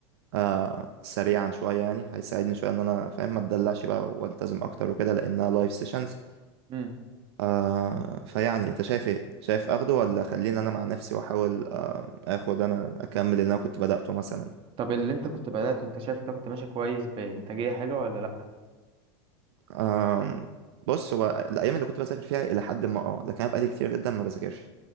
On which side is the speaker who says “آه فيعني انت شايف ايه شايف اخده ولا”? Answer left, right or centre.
Right